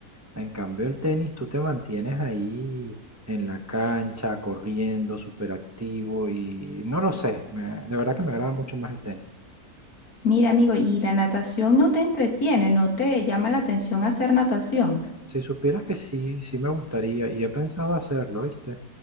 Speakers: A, on the right; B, on the left.
A: En cambio el tenis, tú te mantienes ahí en la cancha, corriendo, súper activo y no lo sé, me- de verdad que me agrada mucho más el tenis.
B: Mira, amigo, ¿y la natación no te entretiene, no te llama la atención hacer natación?
A: Si supieras que sí, sí me gustaría y he pensado hacerlo, ¿viste?